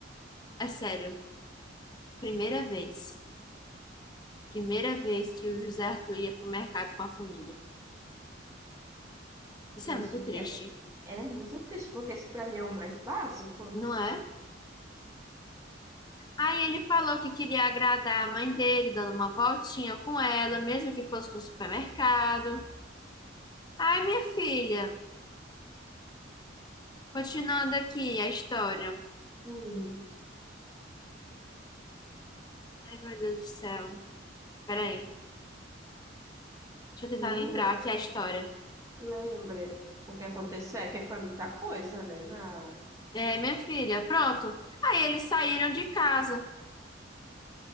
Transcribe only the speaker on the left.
é sério. Primeira vez. Primeira vez que o José Arthur ia pro mercado com a família. Isso
é muito
triste,
não é? Aí ele falou que queria agradar a mãe dele, dando uma voltinha com ela, mesmo que fosse no supermercado. Ai, minha filha, continuando aqui a história.
Ai, meu Deus do céu. Peraí, deixa eu tentar
lembrar aqui a história.
É, minha filha, pronto. Aí eles saíram de casa.